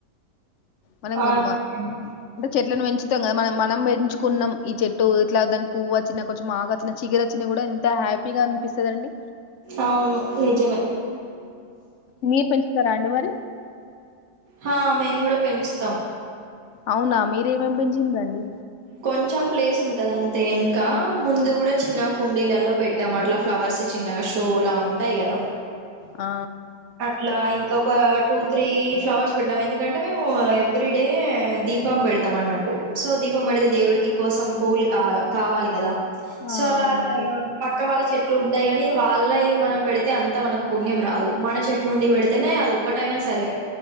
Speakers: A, on the left (about 60°); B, on the right (about 75°).
A: మనం
B: ఆ
A: గుమ్మ
B: చెప్పండి
A: <inaudible> చెట్లును పెంచు మొత్తంగా మనం మనం పెంచుకున్నాం ఈ చెట్టు ఇట్లా దానికి పువ్వు వచ్చిన కొంచెం ఆకు వచ్చినా చిగురు వచ్చినా కూడా ఎంత హ్యాపీగా అనిపిస్తదండి
B: అవును నిజమే
A: మీరు పెంచుతారా అండి మరి
B: హా మేము కూడా పెంచు తం
A: అవునా మీరు ఏమ్ ఏమ్ పెంచ్చిర్రు అండీ
B: కొంచెం ప్లేస్ ఉంటది అంతే వెనుక ముందు కూడా చిన్న కుండీలలో పెట్టాము అట్లా ఫ్లవర్స్ చిన్నగా షో లా ఉంటాయి కదా
A: ఆ
B: అట్లా ఇంకా ఒక టూ త్రీ ఫ్లవర్స్ పెట్టాం ఎందుకంటే మేము ఎవ్రీ డే దీపం పెడతాం అన్నట్టు సో దీ దీపం పెడితే దేవుడికి కోసం పువ్వులు కా కావాలి కదా చాల
A: ఆ అవునండి
B: అంటే పక్క వాళ్ళ చెట్ చెట్లు ఉంటాయి కాని వాళ్లాయి మనం పెడితే అంత మనకు పుణ్యం రాదు మన చెట్టు నుండి పెడితేనే అది ఒకటైనా సరే